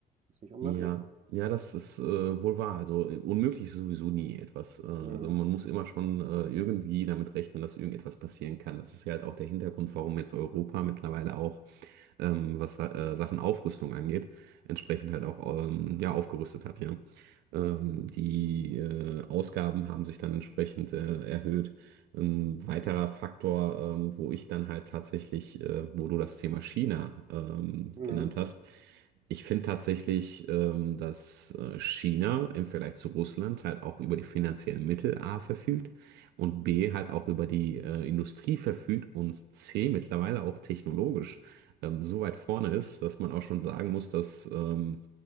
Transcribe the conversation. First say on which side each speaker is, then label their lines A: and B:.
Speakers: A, on the right; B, on the right.
A: Ist nicht unmöglich.
B: Ja, ja, das ist äh, wohl wahr. Also äh, unmöglich ist sowieso nie etwas. Äh, also
A: Mhm.
B: man muss immer schon äh, irgendwie damit rechnen, dass irgendetwas passieren kann. Das ist ja halt auch der Hintergrund, warum jetzt Europa mittlerweile auch, ähm, was äh, Sachen Aufrüstung angeht, entsprechend halt auch ähm, ja, aufgerüstet hat, ja. Ähm, die äh, Ausgaben haben sich dann entsprechend äh, erhöht. Ein weiterer Faktor, ähm, wo ich dann halt tatsächlich, äh, wo du das Thema China ähm,
A: Mhm.
B: genannt hast, ich finde tatsächlich, ähm, dass äh, China im Vergleich zu Russland halt auch über die finanziellen Mittel A verfügt und B halt auch über die äh, Industrie verfügt und C mittlerweile auch technologisch ähm, so weit vorne ist, dass man auch schon sagen muss, dass ähm,